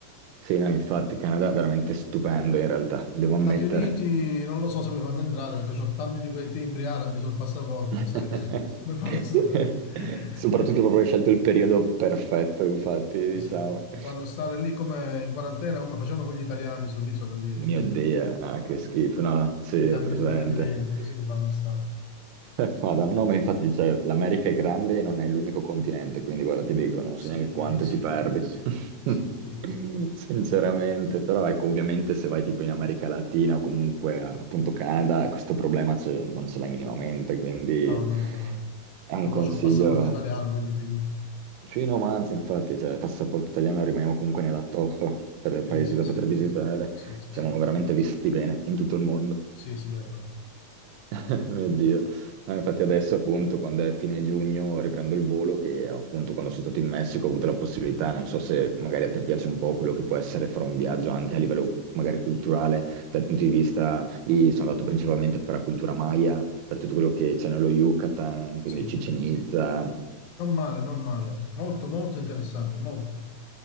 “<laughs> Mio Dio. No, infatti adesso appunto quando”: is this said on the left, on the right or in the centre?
Right